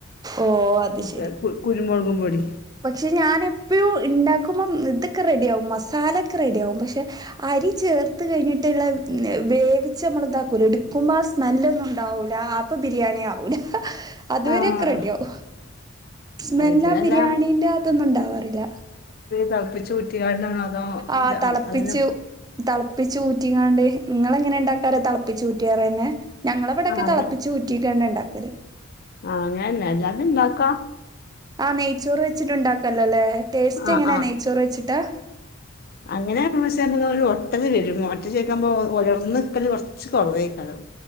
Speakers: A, on the right; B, on the left.
A: ഓ അത്
B: മറ്റേ
A: ശെരി
B: കു കുരുമുളകും പൊടി
A: പക്ഷെ ഞാൻ എപ്പഴും ഇ ണ്ടാക്കുമ്പോം ഇതൊക്കെ റെഡിയ ആവും മസാലൊക്കെ റെഡിയാഉം പക്ഷെ അരി ചേർത്ത് കഴിഞ്ഞിട്ടുള്ള വേവിച്ച നമ്മള് ഇതാക്കൂലെ ഇ ടുക്കുമ്പോ ആഹ് സ്മെല്ലൊന്നുംണ്ടാവൂലാ ഇപ്പ ബിരിയാണി ആവൂല അതുവരെക്കെ
B: ആഹ്
A: റെഡി ആവും സ്മെല്ല
B: അത് ശരി
A: ആഹ്
B: അല്ല
A: ബിരിയാണീന്റെ അതൊന്നും ഉണ്ടാവാറില്ല
B: തളപ്പിച്ച് ഊറ്റി ങ്ങാണ്ടനതോ അതോത
A: ആ തളപ്പിച്ചു
B: അങ്ങനെ
A: തളപ്പിച്ച് ഊറ്റിങ്ങാണ്ട് ഇങ്ങളെ എങ്ങനെ ഇണ്ടാക്കാറ് തളപ്പിച്ച് ഊറ്റിയാറന്നെ ഞങ്ങളവിടൊക്കെ
B: ആഹ് അങ്ങനെ
A: തളപ്പിച്ചച്ച് ഊറ്റിക്കന്നെ ഇണ്ടാക്കല്
B: ആഹ് അങ്ങനെന്നെ അല്ലാതി ഇണ്ടാക്കാ
A: ആഹ് നെയ്ച്ചോറ് വെച്ചിട്ട്ണ്ടാക്കല്ലഅല്ലേ ടേസ്റ്റ്
B: ആഹ്
A: എങ്ങനാ നെയ്ച്ചോറ് വെച്ചിട്ടാ
B: അങ്ങനെവെച്ചക്കുമ്പോ ഒരു ഒട്ടല് വരും ഒറ്റ ചേക്കുമ്പോ ഒളർന്ന്ക്കല് കോർ റച്ച് കുറവേകാരം